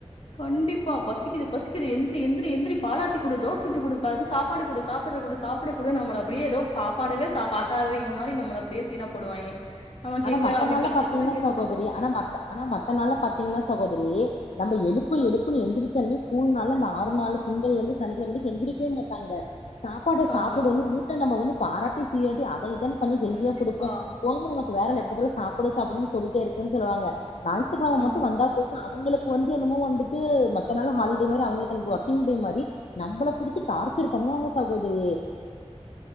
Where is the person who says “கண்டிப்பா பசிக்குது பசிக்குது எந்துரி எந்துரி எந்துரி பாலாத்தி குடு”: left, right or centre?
Left